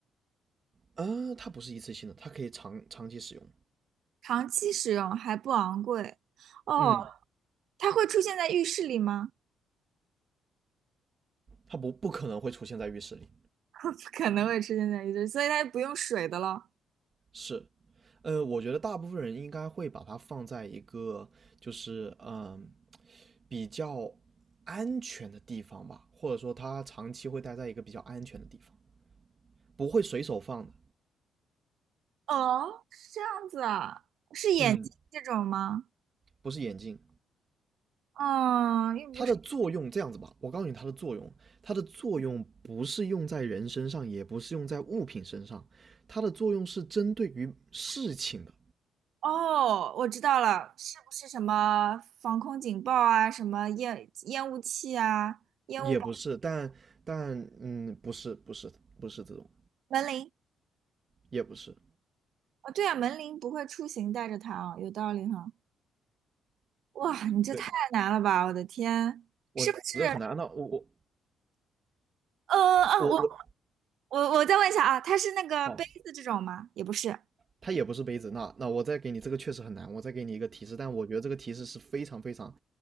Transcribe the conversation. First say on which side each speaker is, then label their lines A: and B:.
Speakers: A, on the right; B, on the right.
A: 呃，它不是一次性的，它可以长长期使用，
B: 长期使用还不昂贵哦，
A: 嗯，
B: 它会出现在浴室里吗？
A: 它不不可能会出现在浴室里，
B: <laughs> 不可能会出现在浴室，所以它就不用水的了。
A: 是，呃，我觉得大部分人应该会把它放在一个就是嗯比较安全的地方吧，或者说他长期会待在一个比较安全的地方，不会随手放的。
B: 哦，是这样子啊，是眼睛这种吗？
A: 嗯，不是眼镜，
B: 嗯，又不是。
A: 它的作用这样子吧，我告诉你它的作用，它的作用不是用在人身上，也不是用在物品身上，它的作用是针对于事情的，
B: 哦，我知道了，是不是什么防空警报啊，什么烟烟雾器啊，烟雾
A: 也不是，但但嗯，不是不是不是这种，
B: 门铃？
A: 也不是。
B: 哦，对啊，门铃不会出行带着它啊，有道理哈。哇，你这太难了吧，
A: 对。
B: 我的天，
A: 我这很难啊。
B: 是不是？
A: 那我我
B: 呃啊，
A: 我我，
B: 我我我再问一下啊，它是那个杯子这种吗？
A: 好，
B: 也不是。
A: 它也不是杯子。那那我再给你这个确实很难，我再给你一个提示，但我觉得这个提示是非常非常